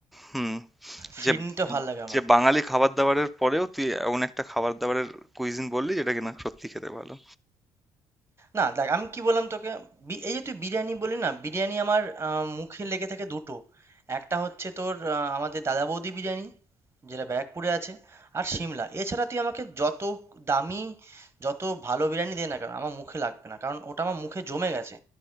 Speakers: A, in the centre; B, on the right (about 25°).
A: হুম
B: ফিরনিটা
A: যে
B: ভাল লাগে আমার
A: যে বাঙালি খাবার দাবারের পরেও তুই এমন একটা খাবার দাবারের কুইজিন বললি যেটা কিনা সত্যি খেতে ভালো
B: না দেখ আমি কি বললাম তোকে বি- এই যে তুই বিরিয়ানি বলি না বিরিয়ানি আমার আহ, মুখে লেগে থাকে দুটো একটা হচ্ছে তোর আহ, আমাদের দাদা বৌদি বিরিয়ানি যেটা ব্যারাকপুরে আছে আর সিমলা এছাড়া তুই আমাকে যত দামি যত ভালো বিরিয়ানি দে না কেন আমার মুখে লাগবে না কারণ ওটা আমার মুখে জমে গেছে